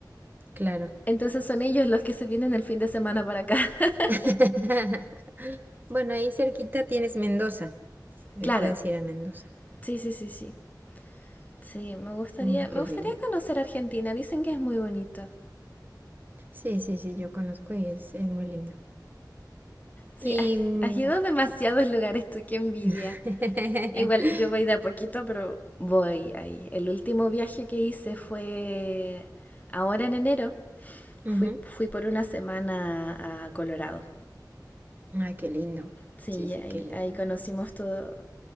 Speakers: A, on the right (about 25°); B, on the left (about 20°).
A: claro.
B: Entonces son ellos los que se vienen el fin de semana para acá. <laughs>
A: <laughs> Bueno, ahí cerquita tienes Mendoza. Ahí
B: Claro.
A: puedes ir a Mendoza.
B: Sí, sí, sí, sí. Sí, me gustaría,
A: Mm,
B: me
A: qué
B: gustaría
A: lindo.
B: conocer Argentina. Dicen que es muy bonito.
A: Sí, sí, sí, yo conozco y es, es muy lindo.
B: Sí,
A: Y...
B: ay,
A: mm,
B: has ido a demasiados lugares tú, qué envidia.
A: <laughs>
B: Igual, yo voy de a poquito, pero voy ahí. El último viaje que hice fue ahora en enero. Fui,
A: ujú.
B: fui por una semana a Colorado.
A: Ay, qué lindo.
B: Sí,
A: Sí, sí,
B: ahí,
A: qué lindo.
B: ahí conocimos todo,